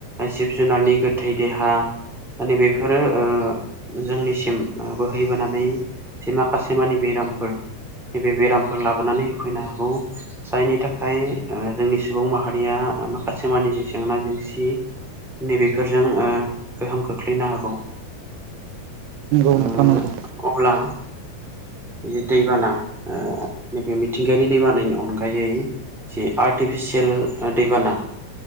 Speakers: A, in the centre; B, on the right (about 85°).
A: जिब जुनारनि गोथै देहा नैबेफोरो ओ जोंनिसिम ओ बोहैबोनानै जे माखासेमाने बेरामफोर नैबे बेरामफोर लाबोनानै होफैनो हागौ। जायनि थाखाय ओ जोंनि सुबुं माहारिया ओ माखासे माने जे जेंना जेंसि नैबेफोरजों ओ गोहोम खोख्लैनो हागौ
B: नंगौ
A: ओ
B: नोंथां नंगौ
A: अब्ला इ दैबाना ओ नैबे मिथिंगायारि दैबानानि अनगायै जे आर्टिफिसियेल ओ दैबाना